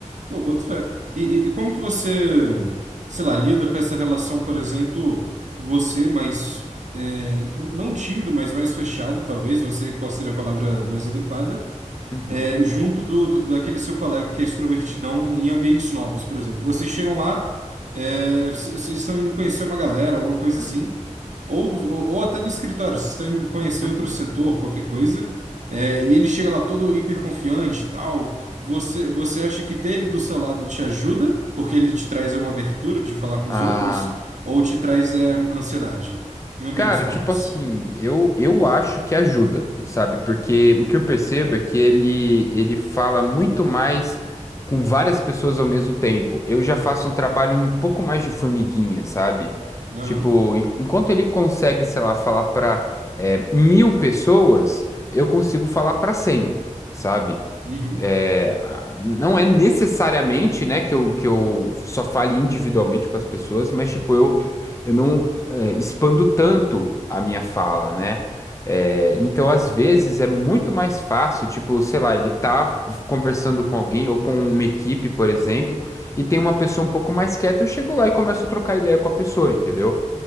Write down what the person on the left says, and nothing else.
Uhum,
uhum,
uhum.
Ah,
Cara,
tipo assim, eu, eu acho que ajuda, sabe? Porque o que eu percebo é que ele, ele fala muito mais com várias pessoas ao mesmo tempo. Eu já faço um trabalho um pouco mais de formiguinha, sabe?
Tipo, en- enquanto ele consegue, sei lá, falar pra é, mil pessoas, eu consigo falar pra cem, sabe?
É, não é necessariamente, né, que eu, que eu só fale individualmente com as pessoas, mas, tipo, eu, eu não é, expando tanto a minha fala, né? É, então, às vezes, é muito mais fácil, tipo, sei lá, ele tá conversando com alguém ou com uma equipe, por exemplo, e tem uma pessoa um pouco mais quieta, eu chego lá e começo a trocar ideia com a pessoa, entendeu?